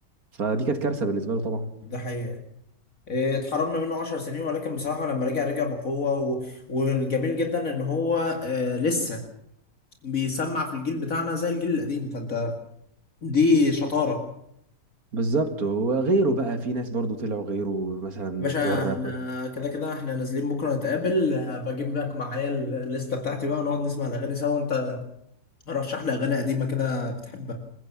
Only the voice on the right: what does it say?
فدي كانت كارثه بالنسبه له طبعا
بالظبط وغيره بقى في ناس برضو طلعوا غيره مثلا
بتوع الراب